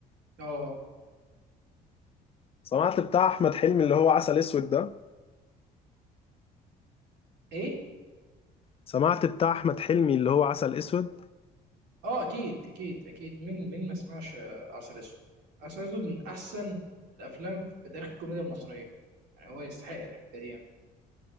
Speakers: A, on the right; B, on the left.
A: اه
B: سمعت بتاع أحمد حلمي اللي هو عسل أسود ده
A: ايه
B: سمعت بتاع أحمد حلمي اللي هو عسل أسود
A: اه اكيد اكيد اكيد مين مين ما سمعش آه، عسل اسود عسل اسود من احسن الافلام في تاريخ الكوميديا المصريه يعني هو يستحق الحته دي يعني